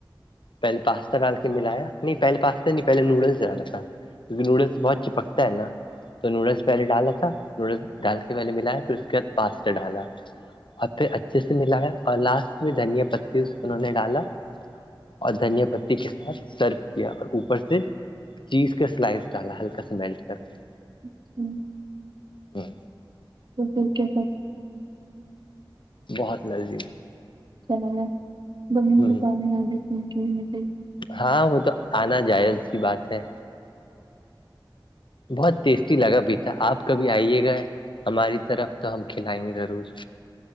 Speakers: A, on the left (about 75°); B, on the right (about 60°).
A: پہلے پاستا ڈال کے ملایا نہیں پہل پاستا نہیں پہے نوڈلس ڈالا تھا کیونکہ نوڈلس بہت چپکتا ہے نا تو نوڈلس پہلے ڈالا تھا نوڈل ڈال کے پہلے ملایا پھر اس کے بعد پاستا ڈالا اور پھر اچھے سے ملایا اور لاسٹ میں دھنییا پتی انہوں نے ڈالا اور دھنییا پتی کے ساتھ سرو کیا اور اوپر سے چیز کا س سلائس ڈالا ہلکا س میلٹ کر کے
B: چ ہوں
A: ہاں
B: <unintelligible> یہ اچھا
A: بہت لذیذ
B: لگا ب میں
A: ہ
B: پانی آے تنچ مجھے
A: ہاں وہ تو آنا جائز س کی بات ہے بہت ٹیسٹی لگا بھی تھا آپ کبھی آئیے گا ہماری طرف تو ہم کھلائیں گے ضرور